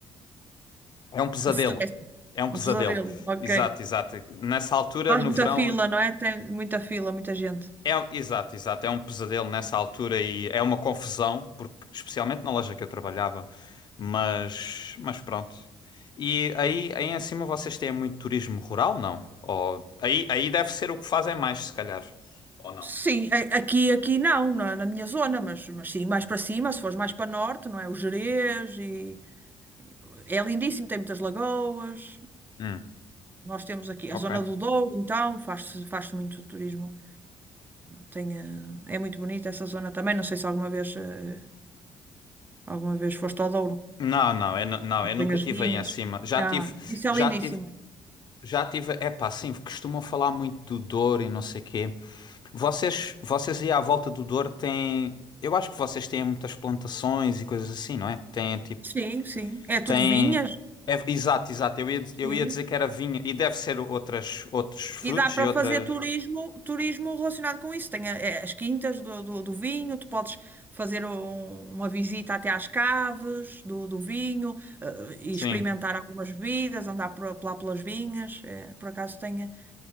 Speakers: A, on the left; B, on the right.
A: É um pesadelo.
B: O stress,
A: É um pesadelo.
B: o pesadelo, ok.
A: Exato, exato. Nessa altura,
B: Faz
A: no
B: muita
A: verão,
B: fila, não é? Tem muita fila, muita gente.
A: É, exato, exato. É um pesadelo nessa altura e é uma confusão, porque especialmente na loja que eu trabalhava, mas, mas pronto. E aí, aí em cima vocês têm muito turismo rural, não? Ou, aí, aí deve ser o que fazem mais, se calhar. Ou não?
B: Sim, a- aqui, aqui não, na, na minha zona, mas, mas sim, mais para cima, se fores mais para norte, não é? O Gerês e é lindíssimo, tem muitas lagoas.
A: Hum,
B: Nós temos aqui
A: ok.
B: a zona do Douro, então faz-se faz-se muito turismo. Tem, eh, é muito bonita essa zona também. Não sei se alguma vez eh, alguma vez foste ao Douro.
A: Não, não, eu, nu- não, eu nunca
B: Tem as
A: tive
B: vinhas.
A: aí em cima. Já
B: Ah,
A: tive,
B: isso
A: já
B: é lindíssimo.
A: tive, já tive. É pá, sim, costumam falar muito do Douro e não sei quê. Vocês, vocês aí à volta do Douro têm. Eu acho que vocês têm muitas plantações e coisas assim, não é? Têm tipo.
B: Sim, sim. É tudo
A: Têm.
B: vinhas.
A: é- exato, exato. Eu ia, eu
B: Sim.
A: ia dizer que era vinha e deve ser outras, outros frutos
B: E dá para
A: e outras.
B: fazer turismo, turismo relacionado com isso. Tem a- eh, as quintas do, do, do vinho, tu podes fazer um- uma visita até às caves do, do vinho, eh, e
A: Sim.
B: experimentar algumas bebidas, andar por, lá pelas vinhas. eh, por acaso tem,